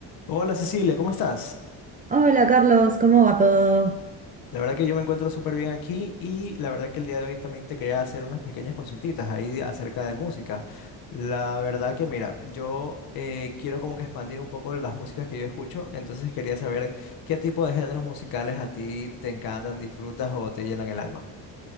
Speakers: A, on the left; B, on the right.
A: Hola Cecilia, ¿cómo estás?
B: Hola Carlos, ¿cómo va todo?
A: La verdad que yo me encuentro súper bien aquí y la verdad que el día de hoy también te quería hacer unas pequeñas consultitas ahí de- acerca de música. La verdad que mira, yo eh, quiero como que expandir un poco las músicas que yo escucho, entonces quería saber qué tipo de géneros musicales a ti te encantan, disfrutas o te llenan el alma.